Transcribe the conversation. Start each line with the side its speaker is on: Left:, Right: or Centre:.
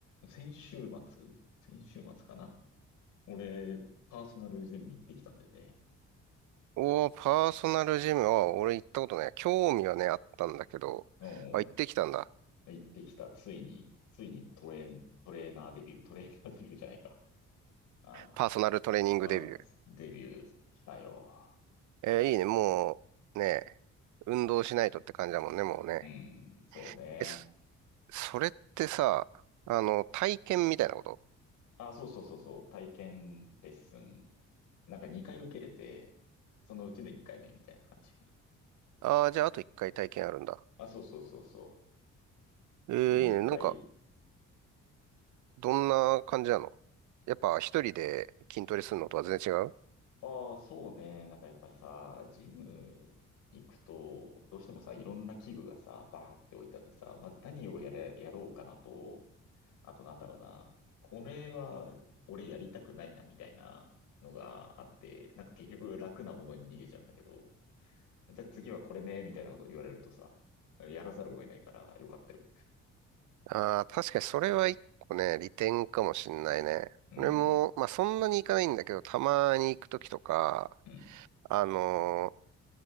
Left: 先週末、先週末かな。俺、パーソナルジム行ってきたんだよね。
Right: おー、パーソナルジムは、俺行ったことない。興味はね、あったんだけど、
Left: うん。
Right: あ、行ってきたんだ。
Left: 行ってきた。ついに、ついにトレーン、トレーナーデビュー、トレーナーデビューじゃないか。あの、
Right: パーソナルトレーニングデビュー。
Left: パーデビューしたよ。
Right: えーいいね。もう、ね、運動しないとって感じだもんね、もうね。
Left: うん、そうね。
Right: え、そそれってさ、あの、体験みたいなこと
Left: あ、そうそうそうそう。体験レッスン。なんか2回受けれて、そのうちの1回目みたいな感じかな。
Right: ああー、じゃああと一回体験あるんだ。
Left: あ、そうそうそうそ
Right: えーいいね。
Left: う。もう1回
Right: なんか、どんな感じなのやっぱ一人で筋トレするのとは全然違う
Left: ああ、そうね。なんかやっぱりさ、ジム行くと、どうしてもさ、いろんな器具がさ、バーって置いてあってさ、まず何をやれ、やろうかなと、あとなんだろうな、これは俺やりたくないな、みたいなのがあって、なんか結局楽なものに逃げちゃうんだけど、じゃあ次はこれね、みたいなこと言われるとさ、やらざるを得ないからよかったよ。
Right: ああ、確かにそれは一個ね、利点かもしんないね。
Left: うん、
Right: 俺も、まあそんなに行かないんだけど、たまに行くときとか、
Left: うん、
Right: あのー